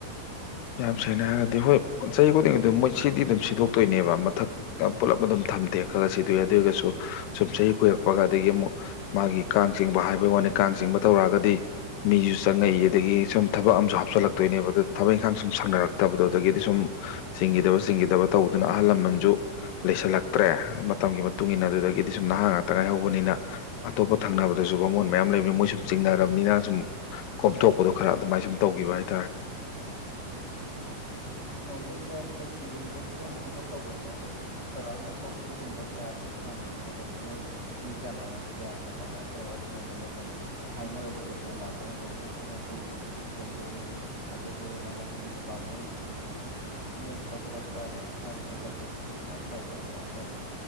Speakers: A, on the left (about 75°); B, on the right (about 20°).
A: ꯌꯥꯝ ꯁꯦꯡꯅ ꯍꯥꯏꯔꯒꯗꯤ ꯍꯣꯏ ꯆꯍꯤ ꯈꯨꯗꯤꯡꯒꯤ ꯑꯗꯨꯝ ꯃꯣꯏ ꯁꯤꯗꯤ ꯑꯗꯨꯝ ꯁꯤꯗꯣꯛꯇꯣꯏꯅꯦꯕ ꯃꯊꯛ ꯄꯨꯜꯂꯞ ꯑꯗꯨꯝ ꯊꯝꯗꯦ ꯈꯔ ꯁꯤꯠ ꯊꯤꯌꯗꯦꯗꯁꯨ ꯁꯨꯝ ꯆꯍꯤ ꯀꯨꯏꯔꯛꯄꯒ ꯑꯗꯒꯤ ꯑꯃꯨꯛ ꯃꯥꯒꯤ ꯀꯥꯡ ꯆꯤꯡꯕ ꯍꯥꯏꯕꯩ ꯋꯥꯅꯦ ꯀꯥꯡ ꯆꯤꯡꯕ ꯇꯧꯔꯛꯑꯒꯗꯤ ꯃꯤꯖ ꯇꯟꯅꯩ ꯑꯗꯒꯤ ꯁꯨꯝ ꯊꯕꯛ ꯑꯃꯁꯨ ꯍꯥꯞꯆꯜꯂꯛꯇꯣꯏꯅꯦꯕ ꯑꯗꯣ ꯊꯕꯛ ꯊꯥꯡ ꯁꯨꯝ ꯁꯪꯅꯔꯛꯇꯕꯗꯣ ꯑꯗꯨꯗꯒꯤꯗꯤ ꯁꯨꯝ ꯆꯤꯡꯈꯤꯗꯕ ꯆꯤꯡꯈꯤꯗꯕ ꯇꯧꯗꯨꯅ ꯑꯍꯜ ꯂꯃꯟꯁꯨ ꯂꯩꯁꯜꯂꯛꯇ꯭ꯔꯦ ꯃꯇꯝꯒꯤ ꯃꯇꯨꯡ ꯏꯟꯅ ꯑꯗꯨꯗꯒꯤꯗꯤ ꯁꯨꯝ ꯅꯍꯥ ꯉꯥꯛꯇ ꯉꯥꯏꯍꯧꯕꯅꯤꯅ ꯑꯇꯣꯞꯄ ꯊꯪꯅꯕꯗꯁꯨ ꯕꯥꯃꯣꯟ ꯃꯌꯥꯝ ꯂꯩꯕꯅꯤ ꯃꯣꯏ ꯁꯨꯝ ꯇꯤꯡꯅꯔꯕꯅꯤꯅ ꯁꯨꯝ ꯀꯣꯝꯊꯣꯛꯄꯗꯣ ꯈꯔ ꯑꯗꯨꯃꯥꯏꯅ ꯁꯨꯝ ꯇꯧꯒꯤꯕ ꯍꯥꯏꯇꯥꯔꯦ
B: ꯒꯨꯝꯕ ꯈꯦꯆꯤꯒꯨꯝꯕ ꯊꯣꯡꯕ ꯈꯣꯠꯄ ꯇꯧꯕꯁꯦ ꯑꯗꯣ ꯆꯧꯔꯥꯛꯅ ꯀꯣꯔꯐꯨꯒꯨꯝꯕ ꯀꯌꯥꯗꯤ ꯊꯣꯡꯉꯦ ꯈꯣꯠꯂꯦ ꯑꯗꯣ ꯅꯣꯏ ꯃꯤ ꯀ꯭ꯌꯥꯃꯥꯏ ꯀꯌꯥꯅ ꯀꯃꯥꯏꯅ ꯇꯧꯔꯒ ꯊꯣꯡꯉꯤꯅꯣ ꯑꯗꯨꯝ ꯍꯥꯏꯅꯔꯨꯕ ꯇꯧꯗꯅ ꯂꯥꯛꯄ꯭ꯔꯥ ꯅꯠꯇ꯭ꯔꯒ ꯑꯦ ꯁꯃꯥꯏꯁꯦ ꯉꯁꯤꯗꯤ ꯊꯣꯡꯗꯣꯏꯅꯦ ꯑꯗꯨ ꯑꯗꯨ ꯍꯥꯏꯔꯒ ꯃꯤ ꯇꯨ ꯚꯥꯃꯣꯟ ꯀꯩꯀꯩꯗꯨ ꯍꯥꯏꯐꯦꯠ ꯅꯦꯛꯄ ꯈꯣꯠꯄ ꯑꯗꯒꯤ ꯍꯥꯏꯕ ꯈꯣꯠꯄ ꯆꯠꯄꯗꯤ ꯑꯗꯨꯃꯥꯏꯅ ꯇꯧꯕ꯭ꯔꯥ ꯀꯃꯥꯏꯅ ꯇꯧꯏ